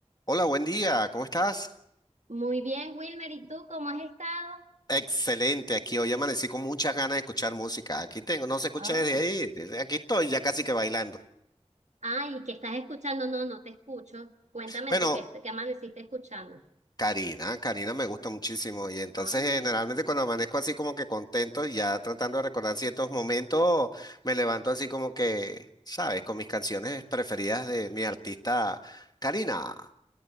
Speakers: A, on the left; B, on the right.
A: Hola, buen día, ¿cómo estás?
B: Muy bien, Wilmer, ¿y tú cómo has estado?
A: Excelente, aquí hoy amanecí con muchas ganas de escuchar música. Aquí tengo, no se escucha
B: Ay,
A: desde ahí, desde aquí estoy ya casi que bailando.
B: Ay, ¿qué estás escuchando? No, no te escucho. Cuéntame
A: Bueno,
B: tú qué, est- qué amaneciste escuchando.
A: Karina, Karina me gusta muchísimo y entonces
B: Ay.
A: generalmente cuando amanezco así como que contento, ya tratando de recordar ciertos momentos, me levanto así como que, ¿sabes? Con mis canciones preferidas de mi artista, Karina.